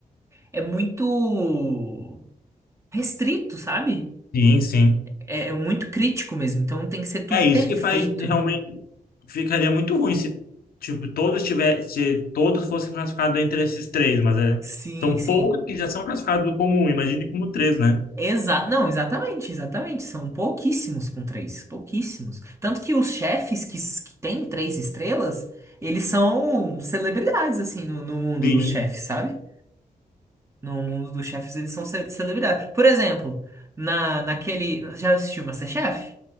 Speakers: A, on the right; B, on the left.
A: é muito restrito, sabe?
B: Sim, sim.
A: É, é muito crítico mesmo. Então tem que ser tudo
B: É isso
A: perfeito.
B: que faz realmente. Ficaria muito ruim se, tipo, todos tiver, se todos fossem classificados entre esses três, mas é.
A: Sim,
B: São
A: sim.
B: poucos que já são classificados como um, imagine como três, né?
A: Exa não, exatamente, exatamente. São pouquíssimos com três, pouquíssimos. Tanto que os chefes que, s- que têm três estrelas, eles são celebridades, assim, no, no mundo
B: Sim,
A: dos chefes, sabe? No mundo dos chefes, eles são ce- celebridades. Por exemplo, na, naquele. Já assistiu MasterChef?